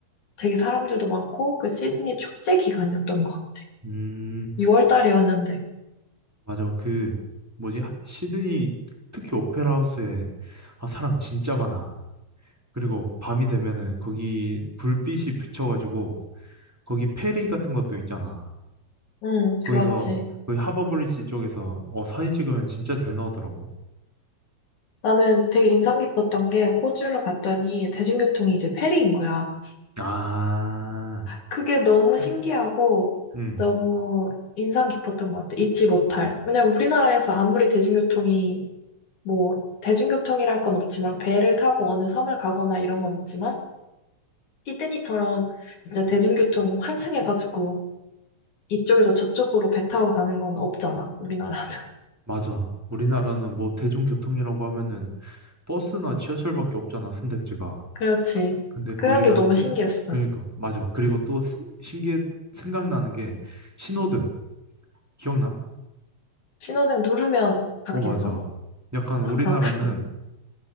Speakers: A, on the left; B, in the centre.
A: 되게 사람들도 많고 그 시드니 축제 기간이었던 것 같아.
B: 음,
A: 6월 달이었는데.
B: 맞아. 그, 뭐지? 하- 시드니, 특히 오페라 하우스에, 아, 사람 진짜 많아. 그리고 밤이 되면은 거기 불빛이 비춰가지고, 거기 페리 같은 것도 있잖아.
A: 음,
B: 거기서,
A: 그렇지.
B: 거기 하버브리지 쪽에서, 어, 사진 찍으면 진짜 잘 나오더라고.
A: 나는 되게 인상 깊었던 게 호주로 갔더니 대중교통이 이제 페리인 거야.
B: 아,
A: 그게 너무 신기하고
B: 음,
A: 너무 인상 깊었던 것 같아. 잊지 못할. 왜냐면 우리나라에서 아무리 대중교통이 뭐 대중교통이랄 건 없지만 배를 타고 어느 섬을 가거나 이런 건 있지만 시드니처럼 진짜 대중교통 환승해가지고 이쪽에서 저쪽으로 배 타고 가는 건 없잖아. 우리나라는. <laughs>
B: 맞아. 우리나라는 뭐 대중교통이라고 하면은 버스나 지하철밖에 없잖아, 선택지가.
A: 그렇지.
B: 근데 거기
A: 그런 게
B: 가면
A: 너무
B: 빼.
A: 신기했어.
B: 그러니까 맞아. 그리고 또 스- 신기해 생각나는 게 신호등. 기억나?
A: 신호등 누르면 바뀌는
B: 어, 맞아.
A: 거?
B: 약간 우리나라는
A: 어, <laughs>